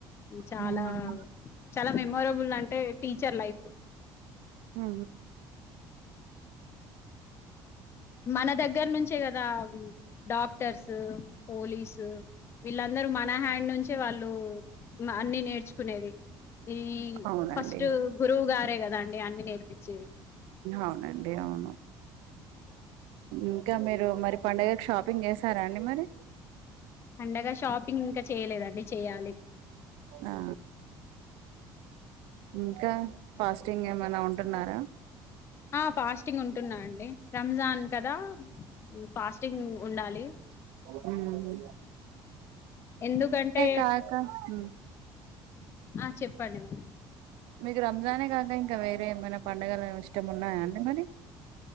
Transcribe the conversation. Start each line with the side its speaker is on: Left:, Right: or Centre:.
Left: చాలా
Right: మ్మ్.
Left: చాలా మెమొరబుల్ అంటే టీచర్ లైఫ్...
Right: హ.
Left: మన దగ్గర నుంచే కదా డాక్టర్స్ పోలీసు... వీళ్ళందరూ మన హ్యాండ్ నుంచే వాళ్ళు అన్ని నేర్చుకునేది... ఈ
Right: అవునండి
Left: ఫస్ట్ గురువు గారే కదా అండి అన్ని నేర్పిచ్చేది
Right: అవునండి అవును ఇంకా మీరు మరి పండుగకి షాపింగ్ చేసారా అండి మరి
Left: అండగా షాపింగ్ ఇంకా చేయలేదండి చెయాలి
Right: ఆ ఇంకా ఫాస్టింగ్ ఏమైనా ఉంటున్నారా
Left: ఆ ఫాస్టింగ్ ఉంటున్నా అండి రంజాన్ కదా ఫాస్టింగ్ ఉండాలి
Right: ఆ
Left: ఎందుకంటే
Right: కాక హ్మ్.
Left: ఆ చెప్పండి మె
Right: మీకు రంజానే కాక ఇంకా వేరే ఏమైనా పండుగలు ఇష్టం ఉన్నాయా అండి మరి